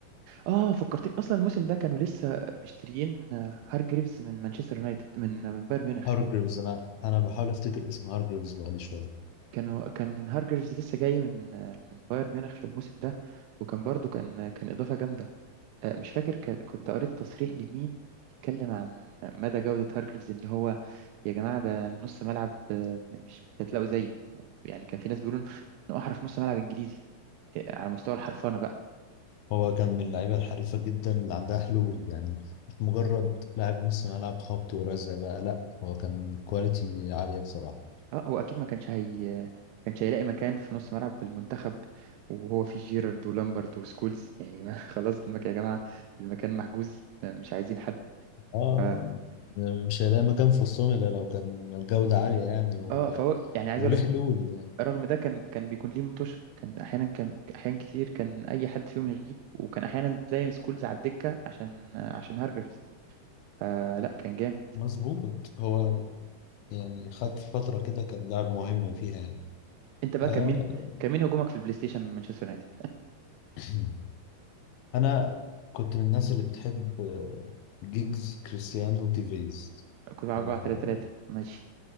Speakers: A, on the right; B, on the left.
A: اه فكرتني اصلا الموسم ده كانوا لسه مشتريين آه، هارجريفز من مانشستر يونايتد من من بايرن ميونخ
B: هارجريفز انا انا بحاول افتكر اسم هارجريفز بقالي شويه
A: كانوا كان هارجريفز لسه جاي من آه، من بايرن ميونخ في الموسم ده وكان برضو كان كان اضافه جامده آه، مش فاكر ك- كنت قريت تصريح لمين يتكلم عن مدى جوده هارجريفز اللي هو يا جماعه ده نص ملعب آه، مش هتلاقوا زيه يعني كان في ناس بيقولوا انه احرف نص ملعب انجليزي آه، على مستوى الحرفنه بقى
B: هو كان من اللعيبه الحريفه جدا اللي عندها حلول يعني مش مجرد لاعب نص ملعب خبط ورزع بقى لا هو كان كواليتي عاليه بصراحه
A: اه هو اكيد ما كانش هي ما كانش هيلاقي مكان في نص ملعب بالمنتخب وهو فيه جيرارد ولامبرت وسكولز يعني ما <laughs> خلاص المكان يا جماعه المكان محجوز مش عايزين حد
B: اه
A: ف...
B: يعني مش هيلاقي مكان في وسطهم الا لو كان الجوده عاليه يعني و...
A: اه فهو يعني عايز
B: وليه
A: اقول لك
B: حلول يعني
A: رغم ده كان كان بيكون ليه مطوشه كان احيانا كان احيان كتير كان اي حد فيهم يغيب وكان احيانا تلاقي سكولز على الدكه عشان عشان هارجرز آه لا كان جامد
B: مظبوط هو يعني خد فتره كده كان لاعب مهم فيها يعني
A: انت بقى
B: آه
A: كان مين كان مين هجومك في البلاي ستيشن من مانشستر يونايتد
B: <clears throat> انا كنت من الناس اللي بتحب آه، جيجز كريستيانو تيفيز
A: كنت 4
B: آه،
A: 3 3 ماشي